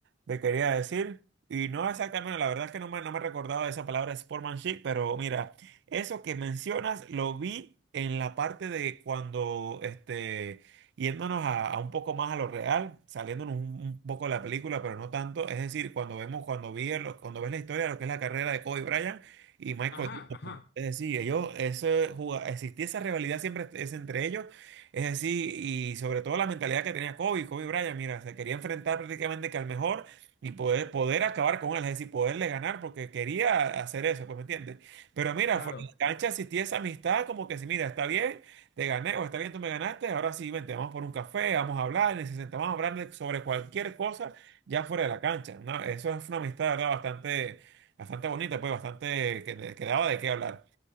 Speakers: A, on the right; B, on the left.
A: te quería decir. Y no exactamente, la verdad es que no me, no me recordaba esa palabra sportsmanship, pero mira, eso que mencionas lo vi en la parte de cuando, este, yéndonos a, a un poco más a lo real, saliéndonos un, un poco de la película, pero no tanto. Es decir, cuando vemos, cuando vi, el- cuando ves la historia de lo que es la carrera de Kobe Bryant y Michael
B: ajá,
A: Jordan.
B: ajá,
A: Es decir, ellos, ese, juga- existía esa rivalidad siempre es entre ellos. Es así, y sobre todo la mentalidad que tenía Kobe, Kobe Bryant, mira, se quería enfrentar prácticamente que al mejor y poder, poder acabar con él, es decir, poderle ganar porque quería hacer eso, pues, ¿me entiendes? Pero mira,
B: claro.
A: fuera de la cancha existía esa amistad como que si, mira, está bien, te gané o está bien, tú me ganaste, ahora sí, vente, vamos por un café, vamos a hablar, y se sentaban a hablar de- sobre cualquier cosa ya fuera de la cancha, ¿no? Eso es una amistad, ¿verdad? Bastante, bastante bonita, pues, bastante que, que daba de qué hablar.